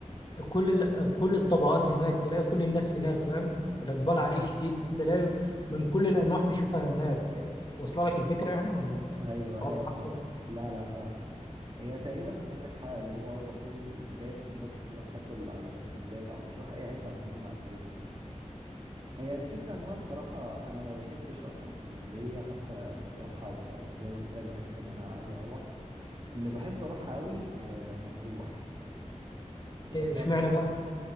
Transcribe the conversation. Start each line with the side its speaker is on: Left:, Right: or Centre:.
Left: كل ال- كل الطبقات هناك تلاقي كل الناس هناك فاهم الإقبال عليه شديد تلاقي من كل الأنواع تشوفها هناك آه، واصلة لك الفكرة يعني ولا
Right: ايوه
Left: أوضح
Right: ايوه
Left: أكتر؟
Right: فاهمك لا لا فاهمك هي تقريبا انت عندك حق اللي هو هو كله ترندات والناس بتروح تاكل على الترندات او بتروح اي حتة عموما على الترند هي الفكرة ان انا بصراحة انا ما بحبش اصلا اسكندرية حتى لما بروحها ب- زي ما قلت لك بحس ان انا عايز اروح اللي بحب اروحها قوي آه، مطروح روحتها
Left: إيه، اشمعنى
Right: قبل كده
Left: بقى